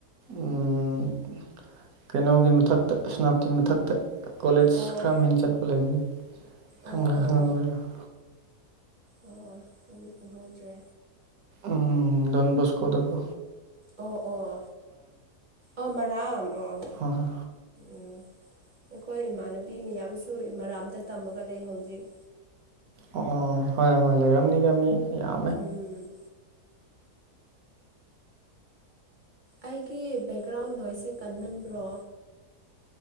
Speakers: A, on the right (about 65°); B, on the right (about 40°).
A: ꯎꯝ ꯀꯩꯅꯣꯒꯤ ꯃꯊꯛꯇ ꯁꯦꯅꯥꯞꯇꯤ ꯃꯊꯛꯇ ꯀꯣꯂꯦꯖ
B: ꯑꯣ
A: ꯈꯔ ꯃꯤꯡ ꯆꯠꯄ ꯂꯩꯕꯅꯤ <unintelligible>
B: ꯑꯣ ꯑꯣ ꯑꯣ ꯑꯩꯗꯤ ꯈꯪꯍꯧꯗ꯭ꯔꯦ
A: ꯎꯝ ꯗꯣꯟꯕꯣꯁꯀꯣꯗꯀꯣ
B: ꯑꯣ ꯑꯣ ꯑꯥ ꯃꯔꯝ ꯑꯣ
A: ꯑꯥ
B: ꯎ ꯑꯩꯈꯣꯏ ꯏꯃꯥꯟꯅꯕꯤ ꯃꯌꯥꯝꯁꯨ ꯃꯔꯥꯝꯗ ꯇꯝꯃꯒ ꯂꯩ ꯍꯧꯖꯤꯛ
A: ꯑꯣ ꯍ ꯍꯣꯏ ꯂꯩꯔꯝ ꯅꯗꯤ ꯑ
B: ꯎꯝ ꯑꯩꯒꯤ ꯕꯦꯛꯒ꯭ꯔꯥꯎꯟ ꯅꯣꯏꯁꯁꯦ ꯀꯟꯃꯟꯕ꯭ꯔꯣ